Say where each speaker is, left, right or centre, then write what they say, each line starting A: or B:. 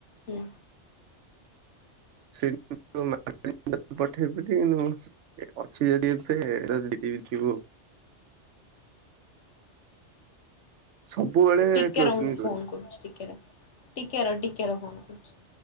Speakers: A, on the left; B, on the right.
A: ହୁଁ
B: ସେଇଠୁ ତୋ ମା ତ ପଠେଇ ପାରି କିନ୍ତୁ ମୁଁ ଅଛି ଯଦି ଏବେ ଏଇଟା ଦେଇଦେବି ଥିବୁ ଆଉ ସବୁବେଳେ
A: ଟିକେ
B: କ୍ଲୋଜ
A: ରହ
B: ଫ୍ରେଣ୍ଡ
A: ର ମୁଁ ତ ତତେ ଫୋନ
B: ଷ୍ଟୋରି।
A: କରୁଛିି ଟିକେ ରହ। ଟିକେ ରହ ଟିକେ ରହ ଫୋନ କରୁଛି।